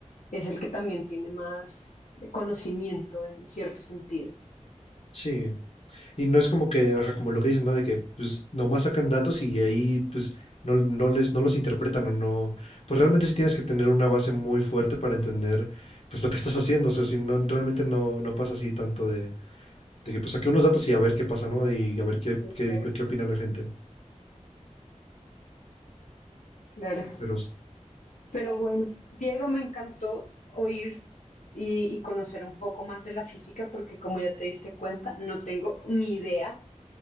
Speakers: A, on the left; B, on the left.
A: es el que también tiene más conocimiento en cierto sentido.
B: Sí. Y no es como que, o sea, como lo que dicen, ¿no? De que pues nomás sacan datos y ahí pues no, no les, no los interpretan o no. Pues realmente sí tienes que tener una base muy fuerte para entender pues lo que estás haciendo. O sea, si no, realmente no, no pasa así tanto de, de que pues saqué unos datos y a ver qué pasa, ¿no? Y a ver qué,
A: Sí,
B: qué,
A: claro,
B: qué opina la gente.
A: claro.
B: Pero
A: Pero bueno, Diego, me encantó oír y, y conocer un poco más de la física porque como ya te diste cuenta, no tengo ni idea